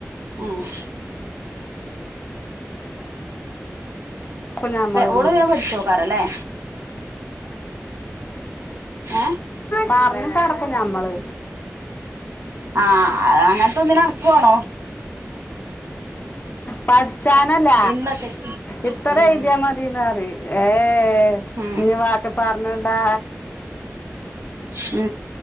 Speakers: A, on the right; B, on the left.
A: ആഹ്
B: കുഞ്ഞമ്മള് എന്നുള്ളു
A: ഓള് മേം പട്ച്ചോക്കാരല്ലേ? ഏഹ്
B: പർഞ്ഞ് ചടക്കും നമ്മള്.
A: ആഹ് അങ്ങൻത്തെ ഒന്നിനെ അൻക്ക് വാണോ?
B: പട്ച്ചാനല്ല
A: ഇന്നത്തേക്ക്
B: ഇത്ര
A: ഉം
B: എയ്തിയാമ തീന്നറി. ഏഹ്
A: ഉം
B: ഇഞ്ഞ് വാക്കി പർഞ്ഞൊണ്ടാ
A: ആഹ്